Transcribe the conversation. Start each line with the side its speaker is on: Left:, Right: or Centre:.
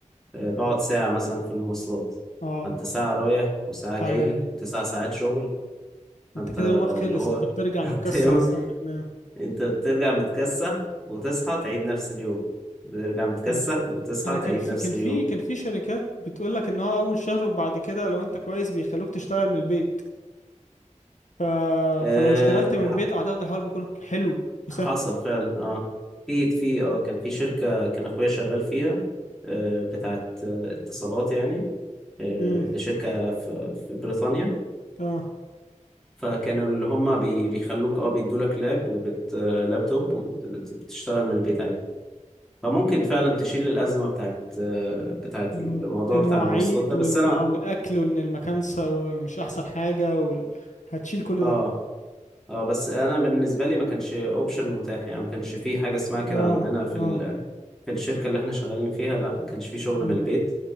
Centre: آه، بقعد ساعه مثلا في المواصلات
Left: اه
Centre: فانت ساعه رايح وساعه
Left: ده
Centre: جاي
Left: جاي
Centre: وتسع ساعات شغل فانت
Left: انت كده يومك خلص
Centre: اللي هو
Left: انت بترجع
Centre: <laughs> انت
Left: متكسر
Centre: يوم
Left: اصلا بتنام
Centre: انت بترجع متكسح وتصحى تعيد نفس اليوم بترجع متكسح
Left: مم.
Centre: وتصحى
Left: انا
Centre: تعيد
Left: كان في
Centre: نفس
Left: كان
Centre: اليوم
Left: في كان في شركات بتقول لك ان هو اول شهر وبعد كده لو انت كويس بيخلوك تشتغل من البيت ف...
Centre: أه
Left: فلو اشتغلت من البيت
Centre: ح-
Left: اعتقد الحوار بيكون حلو وسهل
Centre: حصل فعلا اه في في اه كان في شركه كان اخويا شغال فيها آه، بتاعت آه، اتصالات يعني آه،
Left: امم
Centre: لشركة في في بريطانيا
Left: اه
Centre: فكانوا اللي هم بي- بيخلوك اه بيدولك لاب وبت آه، لابتوب وبتشتغل من البيت عادي فممكن فعلا تشيل الأزمة بتاعت آه، بتاعت
Left: مم.
Centre: الموضوع
Left: المواعيد
Centre: بتاع المواصلات ده
Left: وال...
Centre: بس أنا
Left: آه والاكل وان المكان س- مش احسن حاجه وال... هتشيل كل
Centre: اه
Left: ده
Centre: اه بس أنا بالنسبة لي ما كانش اوبشن متاح يعني ما كانش في حاجة اسمها كده
Left: اه
Centre: عندنا في
Left: اه
Centre: ال... في الشركة اللي احنا شغالين فيها لا ما كانش في شغل
Left: مم.
Centre: من البيت